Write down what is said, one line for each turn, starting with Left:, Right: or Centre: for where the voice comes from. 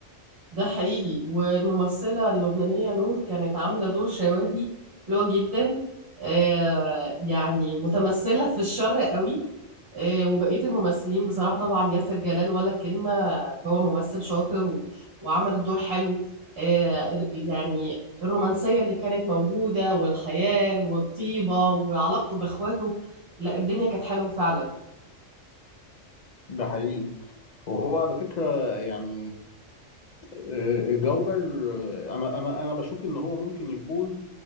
Right: ده حقيقي والممثلة اللبنانية نور كانت عاملة دور شواهي حلوة جدا آه يعني متمثلة في الشر قوي آه وبقية الممثلين بصراحة طبعا ياسر جلال ولا كلمة هو ممثل شاطر و- وعمل الدور حلو آه يعني الرومانسية اللي كانت موجودة والخيال والطيبة وعلاقته بإخواته لا الدنيا كانت حلوة فعلا
Left: ده حقيقي وهو على فكرة يعني آه، جودر آه، انا انا انا بشوف ان هو ممكن يكون